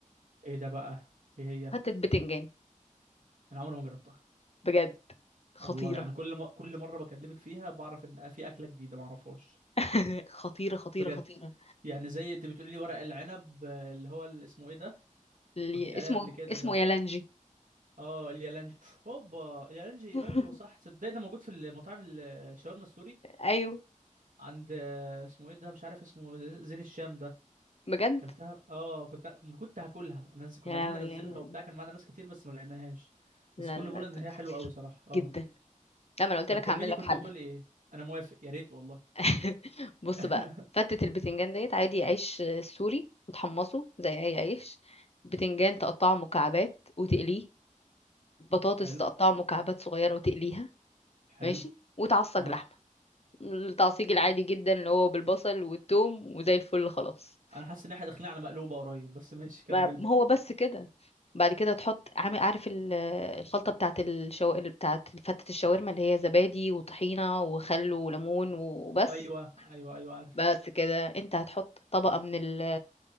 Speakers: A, on the right; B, on the left.
A: ايه ده بقى ايه هي
B: فتت بتنجان
A: انا عمري ما جربتها
B: بجد خطيره
A: والله انا كل ما كل مره بكلمك فيها بعرف ان في اكله جديده ما اعرفهاش
B: <laughs> خطيره خطيره
A: بجد
B: خطيره
A: يعني زي انت بتقولي لي ورق العنب آه، اللي هو اللي اسمه ايه ده
B: اللي
A: قلت لي عليه
B: اسمه
A: قبل كده
B: اسمه
A: ده
B: يالانجي
A: اه اليالانجي اوبا اليالانجي
B: <laughs>
A: ايوه صح تصدق ده موجود في المطاعم الشاورما السوري
B: ايوه
A: عند آه، اسمه ايه ده مش عارف اسمه ز- زين الشام ده
B: بجد
A: اكلتها اه كنت كنت هاكلها ونز... كنا
B: يا لهوي
A: عايزين ننزلها
B: يعني
A: وبتاع كان معانا ناس كتير بس ما لقيناهاش
B: لا
A: بس كله
B: لا
A: بيقول
B: لا
A: ان
B: كان
A: هي
B: خطير
A: حلوه قوي صراحه اه
B: جدا لا ما انا قلت
A: طب
B: لك
A: كملي
B: هعمل لك
A: كنت
B: حل
A: بتقولي ايه انا موافق يا ريت والله
B: <laughs> بص
A: <laughs>
B: بقى فتة البتنجان ديت عادي عيش سوري وتحمصه زي اي عيش بتنجان تقطعه مكعبات وتقليه بطاطس
A: حلو
B: تقطعه مكعبات صغيرة وتقليها
A: حلو
B: ماشي وتعصج
A: اه
B: لحمة التعصيج العادي جدا اللي هو بالبصل والثوم وزي الفل خلاص
A: انا حاسس ان احنا داخلين على مقلوبه قريب بس ماشي كملي
B: ما ما هو بس كده بعد كده تحط عامل عارف ال- الخلطة بتاعت الشو... بتاعت فتة الشاورما اللي هي زبادي وطحينة وخل وليمون وبس
A: ايوه ايوه ايوه عارف
B: بس كده انت هتحط طبقة من ال...